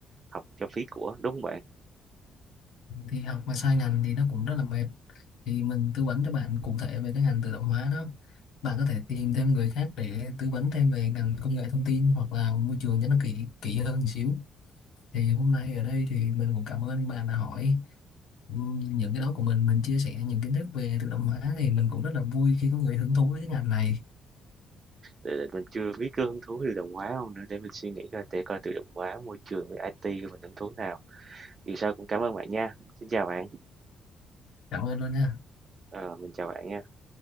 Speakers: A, on the right; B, on the left.
A: học cho phí của, đúng không bạn?
B: thì học mà sai ngành thì nó cũng rất là mệt thì mình tư vấn cho bạn cụ thể về cái ngành tự động hóa đó bạn có thể tìm thêm người khác để tư vấn thêm về ngành công nghệ thông tin hoặc là môi trường cho nó kỹ kỹ hơn một xíu thì hôm nay ở đây thì mình cũng cảm ơn bạn đã hỏi ừm, những cái đó của mình mình chia sẻ những kiến thức về tự động hóa thì mình cũng rất là vui khi có người hứng thú với cái ngành này
A: Để, để mình chưa biết cái hứng thú tự động hóa không nữa để mình suy nghĩ coi để coi tự động hóa môi trường với IT của mình hứng thú nào. Dù sao cũng cảm ơn bạn nha. Xin chào bạn.
B: cảm ơn luôn nha
A: Ờ, mình chào bạn nha.